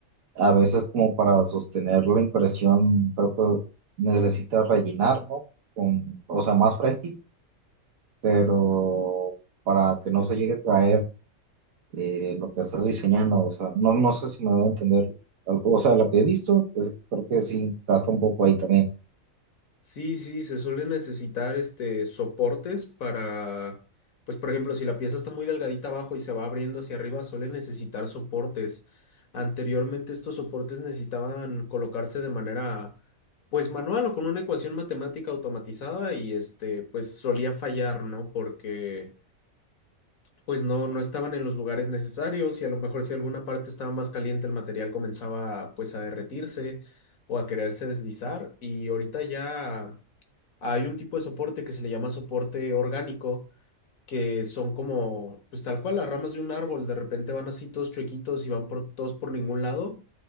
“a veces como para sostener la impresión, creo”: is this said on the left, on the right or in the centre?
Right